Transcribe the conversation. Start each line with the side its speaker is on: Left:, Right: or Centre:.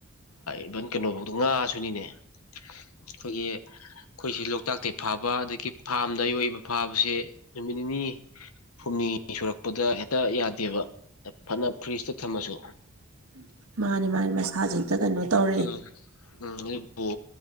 Left: ꯏꯚꯟ ꯀꯩꯅꯣꯐꯧꯗ ꯉꯥꯁꯨꯅꯤꯅꯦ ꯑꯩꯈꯣꯏꯒꯤ ꯑꯩꯈꯣꯏꯁꯦ ꯂꯣꯛꯇꯥꯛꯇꯩꯒꯤ ꯐꯥꯕ ꯑꯗꯒꯤ ꯐꯥꯝꯗ ꯑ ꯌꯣꯛꯏꯕ ꯐꯥꯕꯁꯦ ꯅꯨꯃꯤꯠ ꯅꯤꯅꯤ ꯍꯨꯝꯅꯤ ꯁꯨꯔꯛꯄꯗ ꯍꯦꯛꯇ ꯌꯥꯗꯦꯕ ꯐꯅ ꯐ꯭ꯔꯤꯖꯇ ꯊꯝꯃꯁꯨ
Right: ꯃꯥꯅꯤ ꯃꯥꯅꯤ ꯃꯁꯥꯥꯖꯦ ꯍꯦꯛꯇ ꯀꯩꯅꯣ ꯇꯧꯔꯛꯑꯦ
Left: ꯎꯝ ꯎꯝ ꯑꯗꯨꯕꯨ